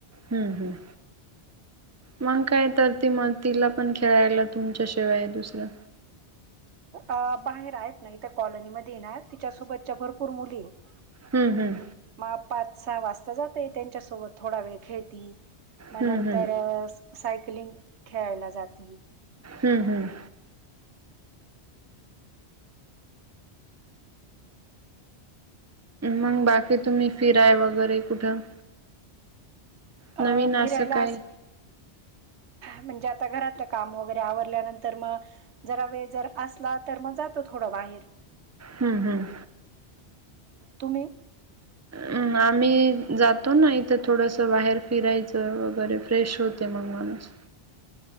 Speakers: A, on the right; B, on the right.
A: हम्मं हम्मं. मंग कायं तरं ती मंग तिला पणं खेळांयला तुमच्यांशिवाय हे दुसरं
B: अं बाहेर आहेतं नाहीं कॉलनीमध्यें येणारं. तिच्यां सोबतच्यां भरंपूर मुली आहेतं
A: हम्म हम्म
B: मं पांच सहा वाजतां जाते त्यांच्यासोबतं थोडां वेळं खेळती मंग
A: हम्म
B: नंतर
A: हम्म
B: सायकलिंग खेळांयला जाती.
A: हंम हंम. मंग बाकी तुम्हीं फिराय वगैरें कुठं.
B: अ
A: नवीन असं
B: फिरायला
A: कायं.
B: म्हणजे आंता घरांतले कामं वगैरें आवरल्यानंतर मंग जरां वेळं जरं असंला तरं मंग जातो थोडं बाहिरं.
A: हंम हंम.
B: तुम्हीं.
A: हम्मं आम्हीं जातो नां इथं थोडंसं बाहेर फिरायचं वगैरें फ्रेश होतो. ते मं माणूंस.